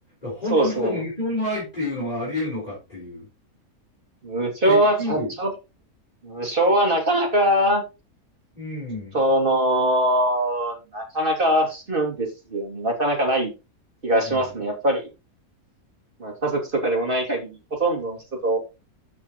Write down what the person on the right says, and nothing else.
そうですね。
無償はちゃちゃ
無償はなかなか、
その、なかなかなんですよね。なかなかない気がしますね。
やっぱり、まあ、家族とかでもない限り、ほとんどの人と、